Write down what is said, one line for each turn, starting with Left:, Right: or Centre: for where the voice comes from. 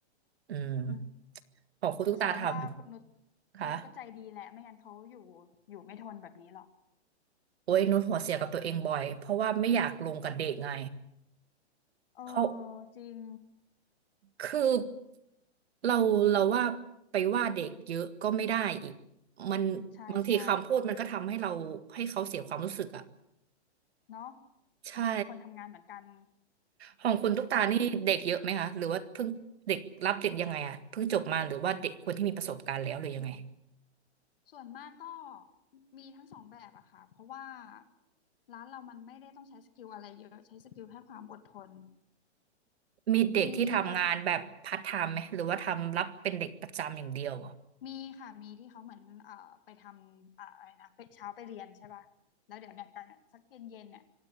Right: อืม
Left: อืม
Right: ของคุณตุ๊กตาท
Left: แสดงว่าคุณนุช
Right: ำค่ะ
Left: คุณนุชก็ใจดีแหละไม่งั้นเขาอยู่อยู่ไม่ทนแบบนี้หรอก
Right: โอ้ยนุชหัวเสียกับตัวเองบ่อยเพราะว่าไม่อยากลงกับเด็กไง
Left: เออ
Right: เพราะ
Left: จริง
Right: คือเราเราว่าไปว่าเด็กเยอะก็ไม่ได้อีกมันบางทีคำพูดมันก็ทำให้เราให้เขาเสียความรู้สึกอ่ะ
Left: ใช่ใช่เนาะ
Right: ใช่
Left: เออคนทำงานเหมือนกัน
Right: ของคุณตุ๊กตานี่เด็กเยอะไหมคะหรือว่าเพิ่งเด็กรับเด็กยังไงอ่ะเพิ่งจบมาหรือว่าเด็กคนที่มีประสบการณ์แล้วหรือยังไง
Left: อืมส่วนมากก็มีทั้งสองแบบอะค่ะเพราะว่าร้านเรามันไม่ได้ต้องใช้สกิลอะไรเยอะใช้สกิลแค่ความอดทน
Right: มีเด็กที่ทำงานแบบพาร์ทไทม์ไหมหรือว่าทำรับเป็นเด็กประจำอย่างเดียว
Left: อืมแต่มีค่ะมีที่เขาเหมือนเอ่อไปทำอะอะไรนะไปเช้าไปเรียนใช่ป่ะแล้วเดี๋ยวเนี่ยตอนสักเย็นเย็นเนี่ย